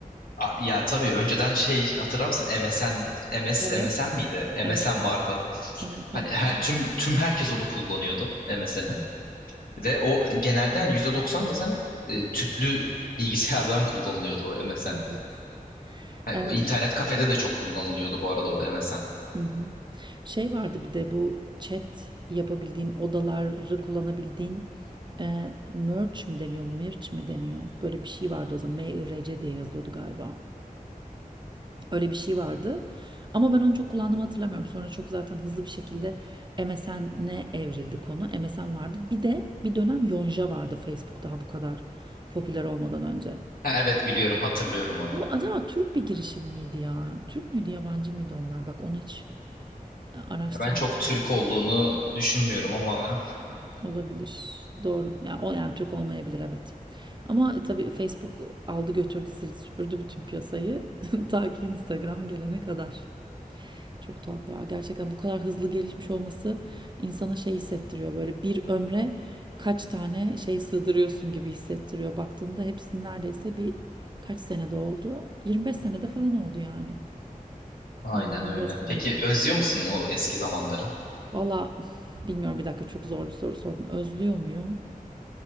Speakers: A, on the left (about 80°); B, on the right (about 30°).
A: a- ya tabii önceden şey hatırlar mısın? MSN MS
B: Evet.
A: MSN miydi?
B: MSN.
A: MSN vardı.
B: MSN
A: Hani her
B: vardı.
A: tüm tüm herkes onu kullanıyordu MSN'i. Ve o genelde hani %90 zaten e, tüplü bilgisayardan <laughs> kullanılıyordu o MSN.
B: Evet.
A: Ha,
B: Ee,
A: İnternet kafede de çok kullanılıyordu bu arada o MSN.
B: Hı hı. Şey vardı bir de bu chat yapabildiğin, odaları kullanabildiğin e, merge mi deniyor, mirç mi deniyor? Böyle bir şey vardı o zaman. M-I-R-C diye yazıyordu galiba. Öyle bir şey vardı. Ama ben onu çok kullandığımı hatırlamıyorum. Sonra çok zaten hızlı bir şekilde MSN'e evrildi konu. MSN vardı. Bir de bir dönem Yonca vardı Facebook daha bu kadar popüler olmadan önce.
A: Ha, evet biliyorum hatırlıyorum onu.
B: Bu acaba Türk bir girişim miydi ya? Türk müydü, yabancı mıydı onlar? Bak onu hiç araştırmamışım.
A: Ya ben çok Türk olduğunu düşünmüyorum ama
B: Olabilir. Doğru. Yani o yani Türk olmayabilir evet. Ama e, tabii Facebook aldı götürdü sildi süpürdü bütün piyasayı <laughs> ta ki Instagram gelene kadar. Çok tuhaf ya. Gerçekten bu kadar hızlı gelişmiş olması insana şey hissettiriyor. Böyle bir ömre kaç tane şey sığdırıyorsun gibi hissettiriyor. Baktığında hepsinin neredeyse bir kaç senede oldu? 25 senede falan oldu yani.
A: aynen
B: 20-25
A: öyle.
B: senede.
A: Peki özlüyor musun o eski zamanları?
B: Valla bilmiyorum bir dakika çok zor bir soru sordun. Özlüyor muyum?